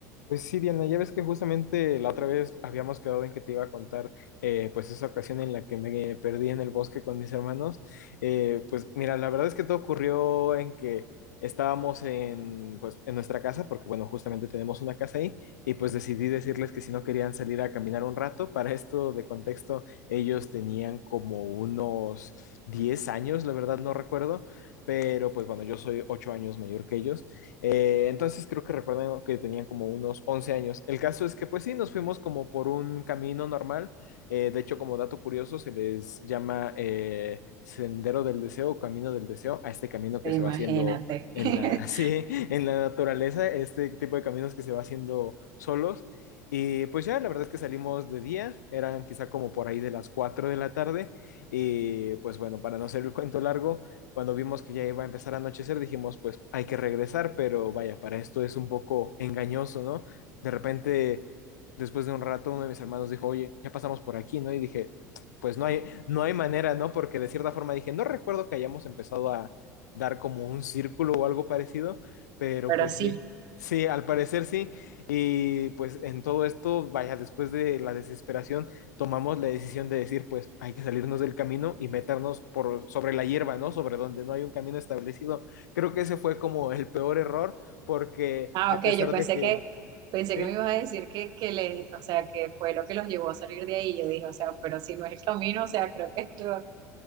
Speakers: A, on the left; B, on the right.
A: Pues sí, Diana, ya ves que justamente la otra vez habíamos quedado en que te iba a contar, eh, pues esa ocasión en la que me perdí en el bosque con mis hermanos. Eh, pues mira, la verdad es que todo ocurrió en que estábamos en, pues, en nuestra casa, porque bueno, justamente tenemos una casa ahí, y pues decidí decirles que si no querían salir a caminar un rato, para esto de contexto, ellos tenían como unos 10 años, la verdad no recuerdo, pero pues bueno, yo soy 8 años mayor que ellos. Eh, entonces creo que recuerdan que tenían como unos 11 años. El caso es que pues sí, nos fuimos como por un camino normal. Eh, de hecho, como dato curioso, se les llama eh, Sendero del Deseo o Camino del Deseo a este camino que
B: Imagínate.
A: se va haciendo en
B: <laughs>
A: la, <laughs> sí, en la naturaleza, este tipo de caminos que se va haciendo solos. Y pues ya, la verdad es que salimos de día, eran quizá como por ahí de las 4 de la tarde. Y pues bueno, para no hacer el cuento largo, cuando vimos que ya iba a empezar a anochecer, dijimos, pues hay que regresar, pero vaya, para esto es un poco engañoso, ¿no? De repente, después de un rato, uno de mis hermanos dijo, oye, ya pasamos por aquí, ¿no? Y dije, pues no hay, no hay manera, ¿no? Porque de cierta forma dije, no recuerdo que hayamos empezado a dar como un círculo o algo parecido, pero
B: Pero
A: pues
B: sí.
A: sí. Sí, al parecer sí. Y pues en todo esto, vaya, después de la desesperación, tomamos la decisión de decir, pues hay que salirnos del camino y meternos por sobre la hierba, ¿no? Sobre donde no hay un camino establecido. Creo que ese fue como el peor error porque
B: Ah,
A: a
B: ok,
A: pesar
B: yo pensé
A: de que,
B: que, pensé
A: sí,
B: que me ibas a decir que, que les, o sea, que fue lo que los llevó a salir de ahí. Yo dije, o sea, pero si no es el camino, o sea, creo que esto.